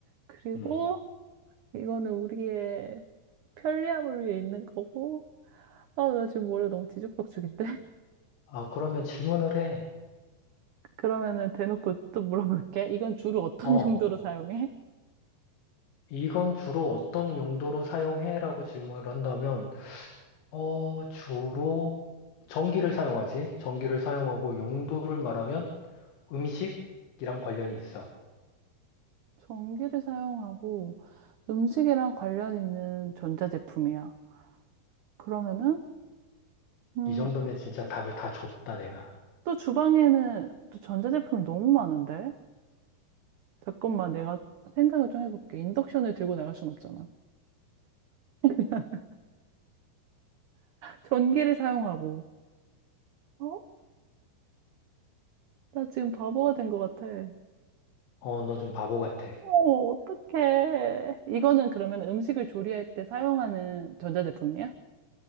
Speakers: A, on the right (about 85°); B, on the left (about 85°).
A: 그리고
B: 음.
A: 이거는 우리의 편리함을 위해 있는 거고, 아, 나 지금 머리가 너무 뒤죽박죽인데? <laughs>
B: 아, 그러면 질문을 해.
A: 그러면은 대놓고 또 물어볼게. 이건 주로 어떤
B: 어.
A: <laughs> 용도로 사용해?
B: 이건 주로 어떤 용도로 사용해라고 질문을 한다면, 어, 주로 전기를 사용하지. 전기를 사용하고 용도를 말하면 음식이랑 관련이 있어.
A: 전기를 사용하고 음식이랑 관련 있는 전자제품이야. 그러면은, 음,
B: 이 정도면 진짜 답을 다 줬다, 내가.
A: 또 주방에는 또 전자제품이 너무 많은데? 잠깐만 내가 생각을 좀 해볼게. 인덕션을 들고 나갈 순 없잖아. <laughs> 전기를 사용하고. 어? 나 지금 바보가 된 것 같아.
B: 어, 너 좀 바보 같아.
A: 어, 어떡해. 이거는 그러면 음식을 조리할 때 사용하는 전자제품이야?